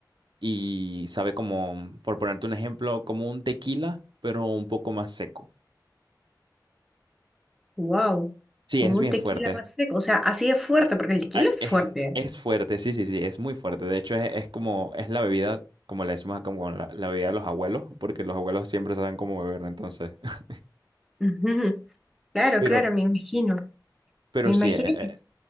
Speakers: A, on the right; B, in the centre.
A: y sabe como, por ponerte un ejemplo, como un tequila, pero un poco más seco.
B: Wow,
A: Sí,
B: como
A: es
B: un
A: bien
B: tequila
A: fuerte.
B: más seco, o sea, así de fuerte, porque el tequila
A: Ah,
B: es
A: Es,
B: fuerte.
A: es fuerte, sí, sí, sí, es muy fuerte. De hecho, es, es como, es la bebida, como le decimos acá, como la, la bebida de los abuelos, porque los abuelos siempre saben cómo beber, entonces. <laughs>
B: Ujú, Claro,
A: Pero,
B: claro, me imagino.
A: pero
B: Me imagino
A: sí, e- e-
B: que sí.